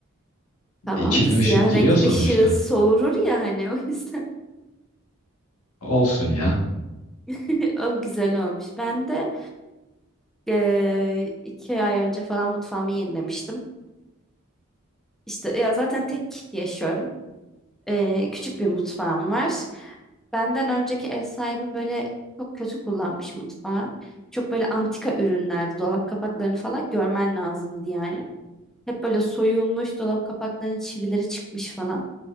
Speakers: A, in the centre; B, on the left.
A: tamam
B: e, içine
A: da siyah
B: ışık giriyor
A: renk
B: sonuçta.
A: ışığı soğurur ya hani o yüzden
B: Olsun ya.
A: <laughs> o güzel olmuş. Ben de eee, iki ay önce falan mutfağımı yenilemiştim. İşte ya zaten tek yaşıyorum. Ee, küçük bir mutfağım var. Benden önceki ev sahibi böyle çok kötü kullanmış mutfağı. Çok böyle antika ürünlerdi. Dolap kapaklarını falan görmen lazımdı yani. Hep böyle soyulmuş dolap kapaklarının çivileri çıkmış falan.